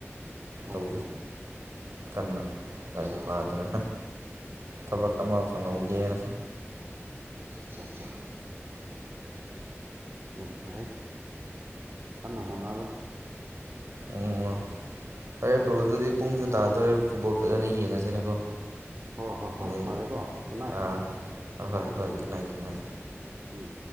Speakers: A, on the right (about 55°); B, on the right (about 75°).
A: ꯑꯣ
B: ꯇꯧꯈꯤ ꯀꯟꯅ ꯂꯥꯏ
A: ꯑꯠꯆꯥ
B: ꯄꯥꯗꯅ ꯊꯕꯛ
A: ꯎꯝ
B: ꯑꯃ
A: ꯐ
B: ꯐꯪꯍꯧꯒꯦꯅ
A: ꯂꯩ ꯌꯥ ꯑ ꯑ ꯌꯥꯝ ꯐꯩ ꯀꯟꯅ ꯍꯣꯠꯅꯔꯣ
B: ꯑꯣ ꯐꯔꯦ ꯕ꯭ꯔꯣ ꯑꯗꯨꯗꯤ ꯄꯨꯡꯁꯨ ꯇꯥꯗꯣꯔꯦ ꯐꯨꯠꯕꯣꯜ ꯐꯖꯅ ꯌꯦꯡꯉꯁꯤꯅꯦꯀꯣ
A: ꯑꯣ ꯍꯣ ꯍꯣ
B: ꯃꯤꯅꯤꯠ
A: ꯄꯔꯦꯒꯣ ꯈꯨꯅꯥꯥꯏ
B: ꯑꯥ ꯍꯣꯏ ꯍꯣꯏ ꯒꯨꯗ ꯅꯥꯏꯠ
A: ꯎꯝꯝ
B: ꯒꯨꯗ ꯅꯥꯏꯠ
A: ꯎꯝ